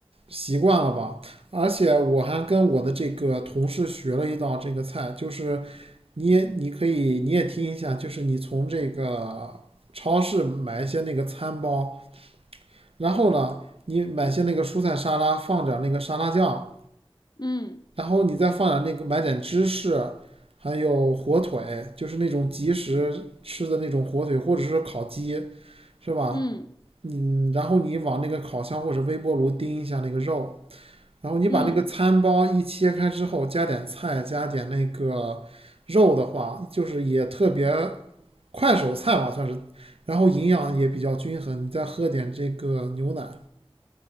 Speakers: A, on the right; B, on the left.
A: 习惯了吧。而且我还跟我的这个同事学了一道这个菜，就是你也你可以你也听一下，就是你从这个超市买一些那个餐包，然后呢，你买些那个蔬菜沙拉，放点那个沙拉酱，
B: 嗯
A: 然后你再放点那个买点芝士，还有火腿，就是那种即食吃的那种火腿，或者是烤鸡，是吧？
B: 嗯
A: 嗯，然后你往那个烤箱或者微波炉叮一下那个肉，然后你把那个餐包一切开之后，
B: 嗯。
A: 加点菜，加点那个肉的话，就是也特别快手菜吧，算是，然后营养也比较均衡。你再喝点这个牛奶，